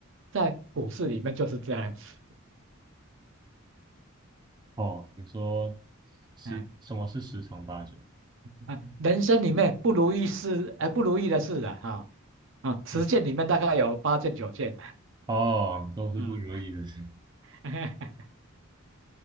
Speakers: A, on the right; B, on the right.
A: 在股市里面就是这样子，
B: 哦，你说十什么是十常八九？
A: 哎啊，人生里面不如意事哎不如意的事啊哈。啊，十件里面大概有八件九件，
B: 是哦，都是不如意的事。
A: 嗯，<laughs>